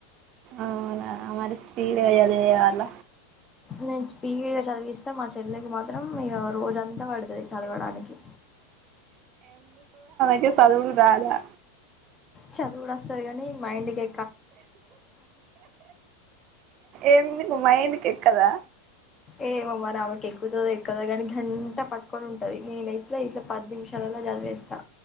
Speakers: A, on the right (about 40°); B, on the left (about 20°).
A: అవునా మరి స్పీడుగా చదివే వాళ్ళ
B: నేను స్పీడ్గా చదివిస్తే మా చెల్లికి మా త్రం ఇగ రోజంతా పడుతాది చదవడానికి
A: ఏం సదువుడు రాదా
B: చదువుడు వస్తాది కానీ మైండ్ కి
A: ఏమి మైండ్కి ఎక్కదా
B: ఏమో మరి ఆమె కేక్కుతాదో ఎక్కదో కానీ గంట పట్టుకొని ఉంటది నేనైతే ఇట్లా పది నిమిషాలల్లో చదివేస్తా